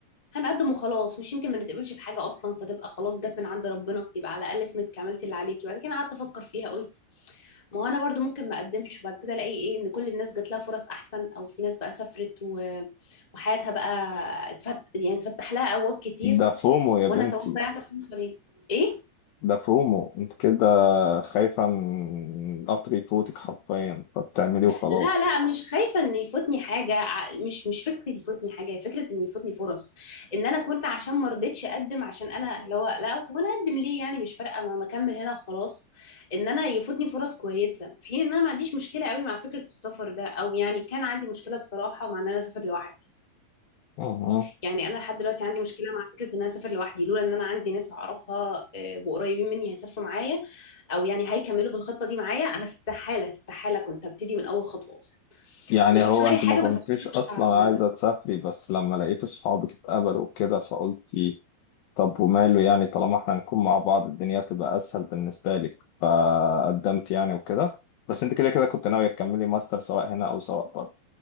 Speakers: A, on the left; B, on the left.
A: هنقدم وخلاص مش يمكن ما نتقبلش في حاجه اصلا فتبقى خلاص جت من عند ربنا يبقى على الاقل اسمك عملتي اللي عليكي بعد كده قعدت افكر فيها قلت ما هو انا برضو ممكن ما اقدمش وبعد كده الاقي ايه ان كل الناس جات لها فرص احسن او في ناس بقى سافرت و... وحياتها بقى اتفت... يعني اتفتح لها ابواب كتير
B: ده فومو يا
A: وانا
B: بنتي
A: طبعا ضيعت الفرصه ليه ايه
B: ده فومو انت كده خايفة من قطر يفوتك حرفيا فبتعمليه وخلاص
A: لا لا مش خايفه ان يفوتني حاجه ع- مش مش فكره يفوتني حاجه هي فكره ان يفوتني فرص ان انا اكون عشان ما رضيتش اقدم عشان انا لو لا طب انا اقدم ليه يعني مش فارقه ما ما اكمل هنا وخلاص ان انا يفوتني فرص كويسه في حين ان انا ما عنديش مشكله قوي مع فكره السفر ده او يعني كان عندي مشكله بصراحه مع ان انا اسافر لوحدي
B: مهم.
A: يعني انا لحد دلوقتي عندي مشكله مع فكره ان انا اسافر لوحدي لولا ان انا عندي ناس اعرفها آه، وقريبين مني هيسافروا معايا او يعني هيكملوا في الخطه دي معايا انا استحاله استحاله كنت ابتدي من اول خطوه اصلا
B: يعني
A: مش
B: هو
A: عشان اي
B: انت
A: حاجه
B: ما كنتيش
A: بس عشان أنا
B: اصلا
A: مش هعرف اعمل
B: عايزة
A: ده
B: تسافري بس لما لقيت صحابك اتقبلوا وكده فقلت طب وماله يعني طالما احنا هنكون مع بعض الدنيا تبقى اسهل بالنسبه لك فقدمت يعني وكده بس انت كده كده كنت ناويه تكملي ماستر سواء هنا او سواء بره